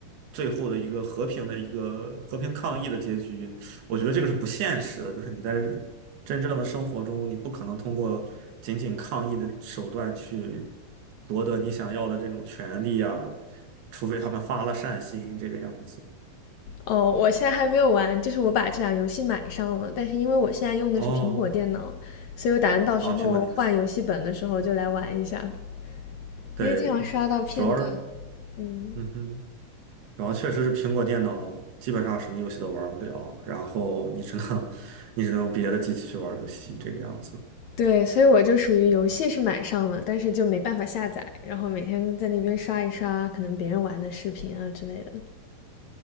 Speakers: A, on the right; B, on the left.
A: 最后的一个和平的一个和平抗议的结局，我觉得这个是不现实的，就是你在真正的生活中，你不可能通过仅仅抗议的手段去夺得你想要的这种权利啊，除非他们发了善心这个样子。
B: 哦，我现在还没有玩，就是我把这两游戏买上了，但是因为我现在用的是苹果电脑，
A: 哦，
B: 所以我打算到时候换游戏本的时候就来玩一下，
A: 啊，苹果电脑，对，
B: 因为经常刷到片段。
A: 对主要是，
B: 嗯，
A: 嗯哼，主要确实是苹果电脑基本上什么游戏都玩不了，然后你只能 <laughs> 你只能用别的机器去玩游戏这个样子。
B: 对，所以我就属于游戏是买上了，但是就没办法下载，然后每天在那边刷一刷可能别人玩的视频啊之类的。